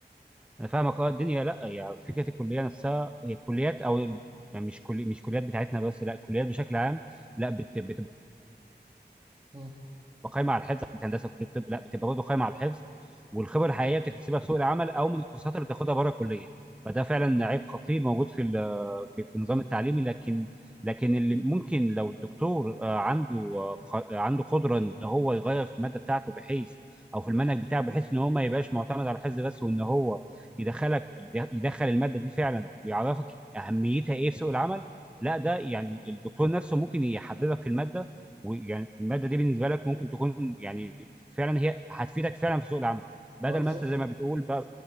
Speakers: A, in the centre; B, on the right.
A: انا فاهمك اه الدنيا لا يعني فكره الكليه نفسها هي الكليات او ال- يعني مش كلي مش كليات بتاعتنا بس لا الكليات بشكل عام لا بت- بتبقى
B: مم.
A: قايمه على الحفظ مش هندسه كليه طب لا بتبقى برضه قايمه على الحفظ والخبره الحقيقيه بتكتسبها في سوق العمل او من الكورسات اللي بتاخدها بره الكليه فده فعلا عيب خطير موجود في ال- آه، في في النظام
B: مم.
A: التعليمي لكن لكن اللي ممكن لو الدكتور آه، عنده آه، ق- عنده قدره ان هو يغير في الماده بتاعته بحيث او في المنهج بتاعه بحيث ان هو ما يبقاش معتمد على الحفظ بس وان هو يدخلك يد- يدخل الماده دي فعلا ويعرفك اهميتها ايه في سوق العمل لا
B: مم.
A: ده يعني الدكتور نفسه ممكن يحببك في الماده ويعني الماده دي بالنسبه لك ممكن تكون يعني فعلا هي هتفيدك فعلا في سوق العمل بدل
B: هو انت
A: ما
B: شا...
A: انت زي ما بتقول ب-